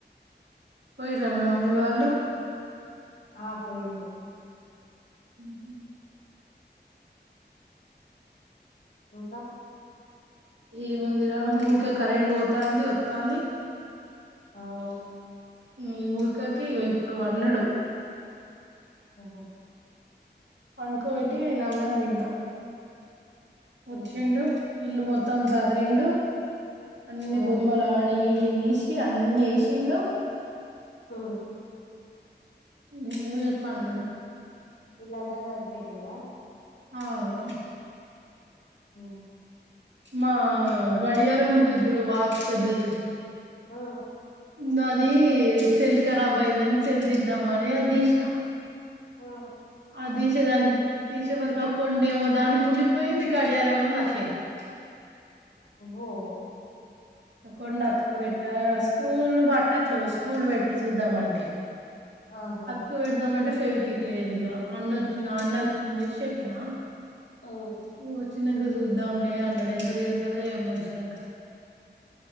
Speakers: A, on the right; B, on the left.
A: పోయిరా మీ మమ్మీ వాళ్ళు?
B: ఆ పోయిండు
A: ఉహ
B: ఇంకా
A: ఈ ముందిరా ఊకే కరెంట్ పోతంది వత్తంది
B: అవును
A: ఇ ఉడకకి ఇప్పుడు పన్నాడు
B: ఓహో
A: పండుకోబట్టి నేను అన్నం తిన్న వచ్చిండు
B: ఉహు
A: ఇల్లు మొత్తం సదరిండు అన్ని
B: ఆ
A: బొమ్మలు ఆడి ఈడి తీసి అన్ని వేసిండు
B: ఆ
A: నేను చెప్ప అన్నడు
B: ఇల్లంతా చదిరి పెట్టిండ
A: ఆవు
B: హ
A: మా గడియారం ఉంటది చూడు వాచ్ పెద్దది
B: ఆ
A: దాది సెల్ కరాబ్ అయిందని సెల్దిద్దామని అది తీసిన
B: ఆ
A: ఆ తీసేదానికి తీసే వరకు ఆ కొండేమో దానికిండిపోయింది. గాడియరవేమో నా చేతికి
B: ఓహో
A: కొన్ని అతుకుబెట్ట స్క్రూలు పట్టట్లేవు స్క్రూలు పెట్టి చూద్దాం అంటే
B: ఆహా
A: కు పెడదాం అంటే ఫెవికిక్ లేదు ఇగ అన్న వచ్చిన అన్నకు ఫోన్ చేసి చెప్పినా
B: ఓ
A: మ్మ్ వచ్చినంక చూద్దాంలే అన్నాడు ఎంత తిడతాడో ఏమో వచ్చినంక